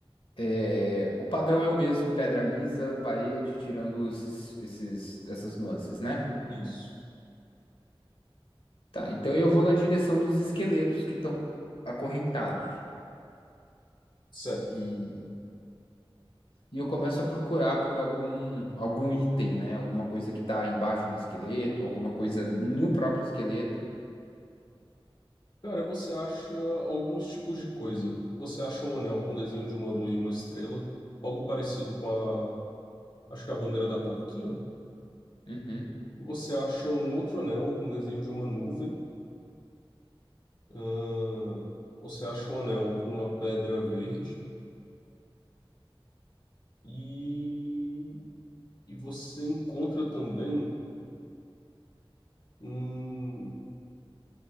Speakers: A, on the left (about 70°); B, on the left (about 50°).
A: É, o padrão é o mesmo, pedra lisa, parede, tirando esses, esses, essas nuances, né?
B: Isso,
A: Tá, então eu vou na direção dos esqueletos que estão acorrentados.
B: certo.
A: E, e eu começo a procurar por algum, algum item, né? Alguma coisa que tá embaixo do esqueleto, alguma coisa no próprio esqueleto.
B: Cara, você acha alguns tipos de coisa. Você acha um anel com desenho de uma lua e uma estrela, algo parecido com a, acho que a bandeira da Turquia.
A: Uhum.
B: Você acha um outro anel com desenho de uma nuvem. Ahn, você acha um anel com uma pedra verde e, e você encontra também um, um,